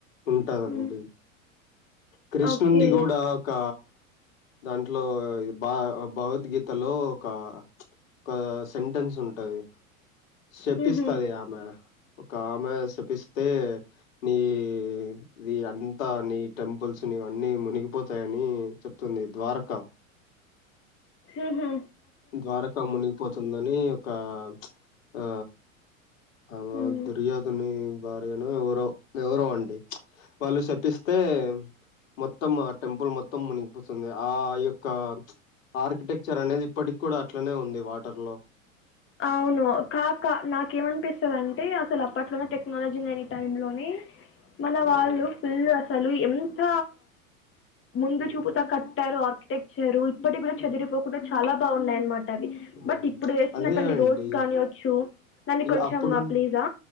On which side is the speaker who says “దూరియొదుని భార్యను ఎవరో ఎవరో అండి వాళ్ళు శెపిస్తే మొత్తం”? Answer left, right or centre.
Left